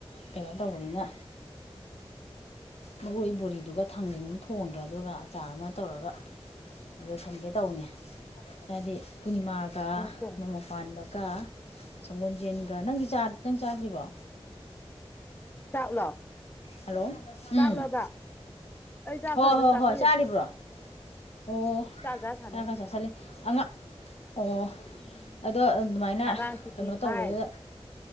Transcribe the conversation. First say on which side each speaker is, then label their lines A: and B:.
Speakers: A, on the left; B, on the left.
A: ꯀꯩꯅꯣ ꯇꯧꯕꯅꯤꯅ ꯃꯔꯣꯏ ꯕꯣꯔꯤꯗꯨꯒ ꯊꯥꯡꯖꯡ ꯑꯃ ꯊꯣꯡꯒꯦ ꯑꯗꯨꯒ ꯑꯆꯥ ꯑꯃ ꯇꯧꯔꯒ ꯂꯣꯏꯁꯤꯟꯒꯦ ꯇꯧꯅꯤ ꯍꯥꯏꯗꯤ ꯄꯨꯔꯅꯤꯃꯥꯒ
B: ꯊꯣꯡꯉꯦ
A: ꯅꯃꯥ ꯄꯥꯟꯕꯒ ꯁꯪꯒꯣꯜꯖꯦꯟꯒ <unintelligible> ꯅꯪꯗꯤ ꯅꯪ ꯆꯥꯗ꯭ꯔꯤꯕꯣ
B: ꯆꯥꯛꯂꯣ
A: ꯍꯜꯂꯣ ꯎꯝ
B: ꯆꯥꯛꯂꯣꯕ ꯑꯩ ꯆꯥꯛ
A: ꯍꯣꯏ
B: ꯈꯔ ꯁꯨꯝ
A: ꯍꯣꯏ
B: ꯆꯥꯁꯜꯂꯤꯅꯤ
A: ꯍꯣꯏ ꯆꯥꯔꯤꯕ꯭ꯔꯣ ꯑꯣ
B: ꯆꯥꯛ ꯆꯥ ꯁꯥꯟꯅꯩꯅꯤ
A: ꯆꯥꯛꯀ ꯆꯥꯠꯁꯜꯂꯤ ꯑꯉꯥꯡ ꯑꯣ ꯑꯗꯣ ꯑꯗꯨꯃꯥꯏꯅ
B: ꯑꯉꯥꯡ ꯁꯨꯇꯤ
A: ꯀꯩꯅꯣ
B: ꯊꯥꯏ
A: ꯇꯧꯕꯗꯨꯗ